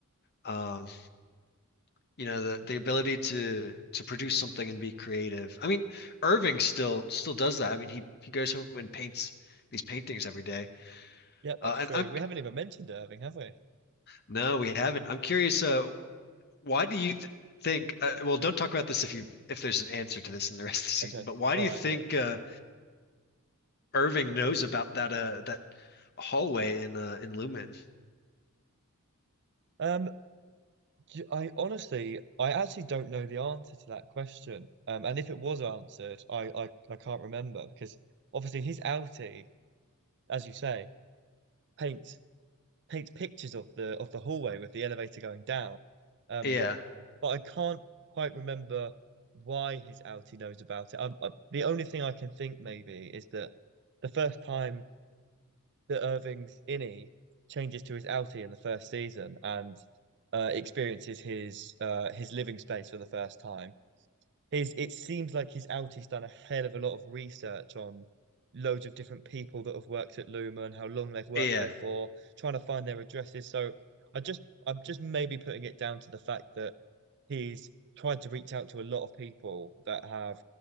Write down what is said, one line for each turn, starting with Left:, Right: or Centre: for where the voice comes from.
Left: Um, you know, the the ability to to produce something and be creative. I mean, Irving still still does that. I mean, he he goes home and paints these paintings every day.
Right: Yeah,
Left: Uh,
Right: that's true.
Left: and I'm
Right: We haven't even mentioned Irving, have we?
Left: no, we haven't. I'm curious, uh, why do you th think uh, well, don't talk about this if you if there's an answer to this in the rest of the season,
Right: Okay,
Left: but why
Right: all
Left: do you
Right: right,
Left: think
Right: yeah.
Left: uh Irving knows about that uh that hallway in uh in Lumen.
Right: Um, d- I honestly, I actually don't know the answer to that question. Um, and if it was answered, I I, I can't remember because obviously his outie, as you say, paints paint pictures of the of the hallway with the elevator going down. Um,
Left: Yeah.
Right: but I can't quite remember why his outie knows about it. Um, uh, the only thing I can think maybe is that the first time that Irving's innie changes to his outie in the first season and uh, experiences his uh, his living space for the first time, He's, it seems like he's out. He's done a hell of a lot of research on loads of different people that have worked at Luma and how long they've worked
Left: Yeah.
Right: there for, trying to find their addresses. So I just, I'm just maybe putting it down to the fact that he's tried to reach out to a lot of people that have